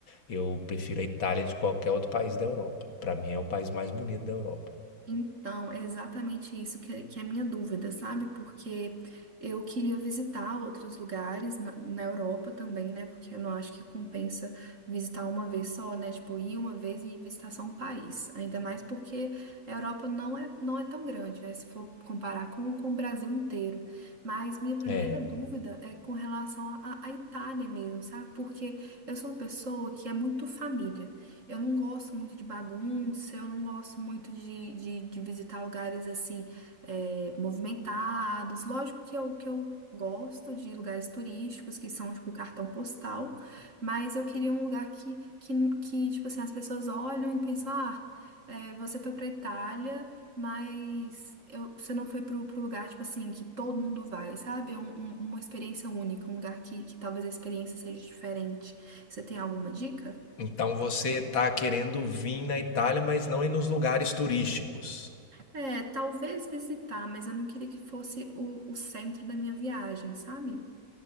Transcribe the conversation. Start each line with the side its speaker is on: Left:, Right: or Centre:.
Left: eu prefiro a Itália de qualquer outro país da Europa. Para mim é o país mais bonito da Europa.
Right: Então, é exatamente isso que, que é a minha dúvida, sabe? Porque eu queria visitar outros lugares na, na Europa também, né? Porque eu não acho que compensa visitar uma vez só, né? Tipo, ir uma vez e visitar só um país. Ainda mais porque a Europa não é, não é tão grande, né? Se for comparar com, com o Brasil inteiro. Mas minha primeira
Left: É.
Right: dúvida é com relação à à Itália mesmo, sabe? Porque eu sou uma pessoa que é muito família. Eu não gosto muito de bagunça, eu não gosto muito de, de, de visitar lugares assim, é, movimentados. Lógico que eu, que eu gosto de lugares turísticos, que são tipo cartão postal, mas eu queria um lugar que, que, que tipo assim, as pessoas olham e pensam, ah, é, você foi pra Itália, mas eu- você não foi pro, pro lugar, tipo assim, que todo mundo vai, sabe? É um- um- uma experiência única, um lugar que, que talvez a experiência seja diferente. Você tem alguma dica?
Left: Então você está querendo vir na Itália, mas não ir nos lugares turísticos.
Right: É, talvez visitar, mas eu não queria que fosse o, o centro da minha viagem, sabe?